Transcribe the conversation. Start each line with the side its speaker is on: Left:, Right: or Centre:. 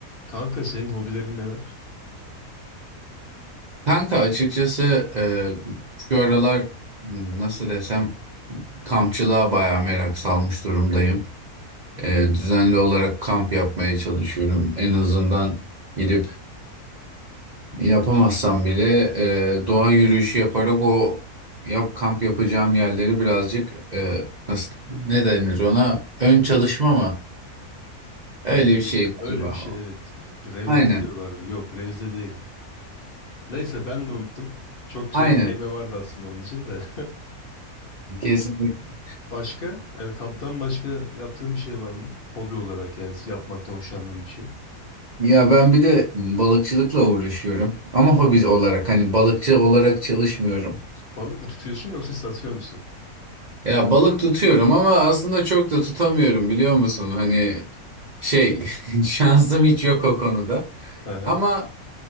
Left: Kanka senin hobilerin neler?
Right: Kanka açıkçası e, şu aralar m, nasıl desem kampçılığa bayağı merak salmış durumdayım. E, düzenli olarak kamp yapmaya çalışıyorum. En azından gidip yapamazsam bile e, doğa yürüyüşü yaparak o yap kamp yapacağım yerleri birazcık e, nasıl ne denir ona ön çalışma mı? Öyle
Left: Ee,
Right: bir şey
Left: öyle
Right: galiba.
Left: bir şey evet. Revize
Right: Aynen.
Left: mi diyorlardı? Yok revize değil. Neyse ben de unuttum. Çok güzel
Right: Aynen.
Left: bir kelime vardı aslında onun için de.
Right: Kesinlikle.
Left: <laughs> Başka? Yani kamptan başka yaptığın bir şey var mı? Hobi olarak yani yapmaktan hoşlandığın bir şey.
Right: Ya ben bir de balıkçılıkla uğraşıyorum ama hobi olarak hani balıkçı olarak çalışmıyorum.
Left: Balık mı tutuyorsun yoksa satıyor musun?
Right: Ya balık tutuyorum ama aslında çok da tutamıyorum biliyor musun? Hani şey <laughs> şansım hiç yok o konuda.
Left: Hı hı.
Right: Ama